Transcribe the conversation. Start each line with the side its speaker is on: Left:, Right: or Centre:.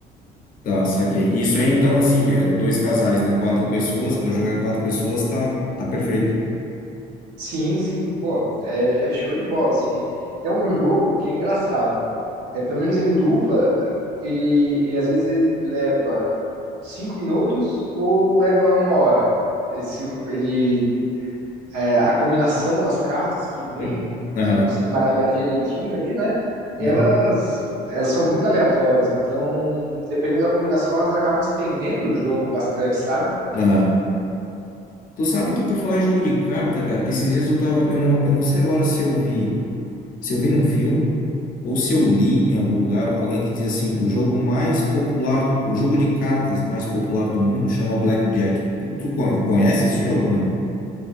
Left: Tá, saquei. Isso aí, então, assim, é, dois casais, né? Quatro pessoas, para jogar em quatro pessoas, tá, tá perfeito.
Right: Sim, sim, pô, é, é show de bola, assim. É um jogo que é engraçado. É, pelo menos em dupla, ele, ele às vezes ele leva cinco minutos ou leva uma hora? Se ele, é, a combinação das cartas que vem,
Left: Uhum. Aham.
Right: se você embaralhar direitinho ali, né? Elas,
Left: Uhum.
Right: elas são muito aleatórias, então, dependendo da combinação, elas acabam estendendo o jogo bastante, sabe?
Left: Aham. Tu sabe que por falar em jogo de carta, cara, esses dias eu tava, eu não, eu não sei agora se eu vi. se eu vi num filme ou se eu li em algum lugar alguém que diz assim, o jogo mais popular, o jogo de cartas mais popular do mundo chama Blackjack. Tu, tu con- conhece esse jogo, ou não?